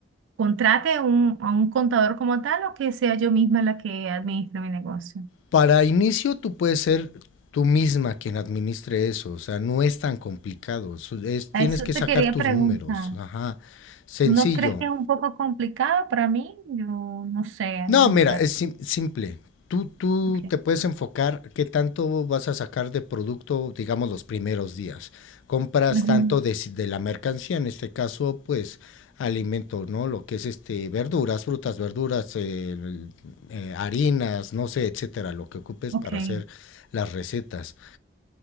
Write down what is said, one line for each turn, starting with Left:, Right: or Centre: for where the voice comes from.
Right: contrate un, a un contador como tal o que sea yo misma la que administre mi negocio.
Left: Para inicio tú puedes ser tú misma quien administre eso, o sea, no es tan complicado, es- es- tienes
Right: A eso
Left: que
Right: te
Left: sacar
Right: quería
Left: tus
Right: preguntar.
Left: números, ajá. Sencillo,
Right: ¿Tú no crees que es un poco complicado para mí? Yo no sé administrar.
Left: No, mira, es sim- simple. Tú, tú
Right: Ok,
Left: te puedes enfocar qué tanto vas a sacar de producto, digamos, los primeros días. Compras
Right: ujú,
Left: tanto de, si- de la mercancía, en este caso, pues alimento, ¿no? Lo que es este, verduras, frutas, verduras, eh, el- eh, harinas, no sé, etcétera, lo que ocupes
Right: ok,
Left: para hacer las recetas.